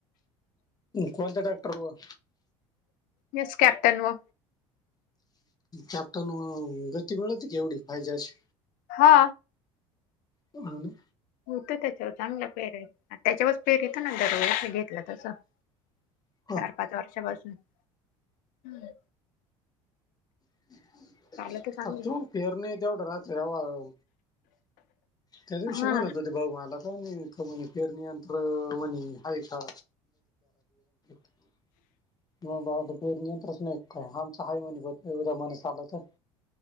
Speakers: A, on the left; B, on the left.
A: कोणत डाक्टरमूळं
B: येस कॅप्टन व
A: कॅप्टन गती मिळतते क एवढी पायजशी.
B: हा.
A: तू <unintelligible>
B: होतय त्याच्यावर चांगला पेरायच त्याच्यावरच पेरी पण दरवर्षी घेतलं तर चालतंय.
A: <inaudible>
B: चार, पाच वर्षापासून हम्म.
A: <unintelligible>
B: चाल तर चांगलं
A: पेरणी तेवढी राहते <unintelligible> त्या दिवशी
B: हा
A: म्हणत होते भाऊ मला, काही नाही का म्हणे पेरणी यंत्र आहे का? <unintelligible> <unintelligible> पेरणी यंत्र नाहीच काय आमचं हाय म्हणे पेरण्या माणसं आलं तर.